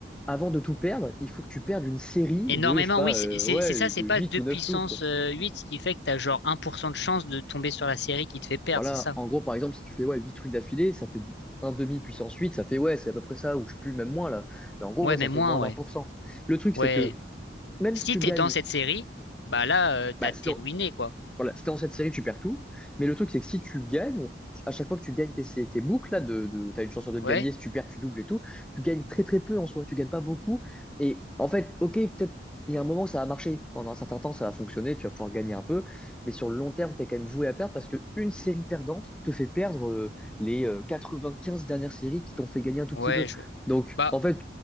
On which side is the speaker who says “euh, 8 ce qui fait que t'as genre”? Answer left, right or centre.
Left